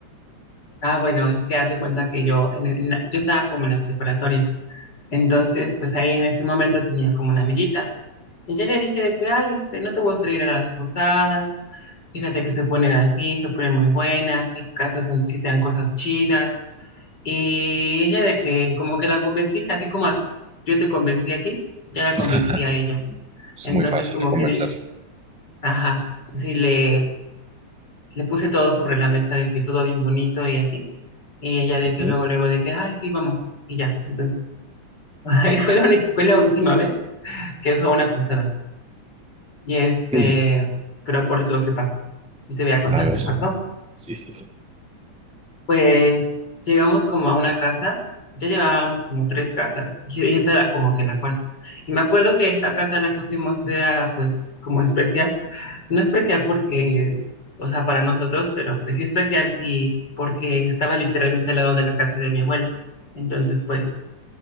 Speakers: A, on the left; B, in the centre.
A: Ah, bueno, es que haz de cuenta que yo, en- en la- yo estaba como en la preparatoria. Entonces, pues ahí en ese momento tenía como una amiguita. Y yo le dije de que, ay, este, no te voy a traer a las posadas. Fíjate que se ponen así, se ponen muy buenas. Hay casas donde sí te dan cosas chidas. Y ella de que como que la convencí, así como a- yo te convencí a ti, yo la convencí
B: <laughs>
A: a ella.
B: Es
A: Entonces
B: muy fácil
A: como
B: de convencer.
A: que dije, ajá, sí, le, le puse todo sobre la mesa de que todo bien bonito y así. Y ella de
B: Ujú.
A: que luego, luego de que, ay, sí, vamos. Y ya, entonces, <laughs> ahí fue la única- fue la última vez que fue a una posada. Y este,
B: <laughs>
A: pero por lo que pasó. Y te voy a contar
B: A ver,
A: qué pasó.
B: sí, sí, sí.
A: Pues llegamos como a una casa, ya llevábamos como tres casas, y y esta era como que la cuarta. Y me acuerdo que esta casa a la que fuimos era pues como especial, no especial porque, o sea, para nosotros, pero pues sí especial y porque estaba literalmente al lado de la casa de mi abuela. Entonces, pues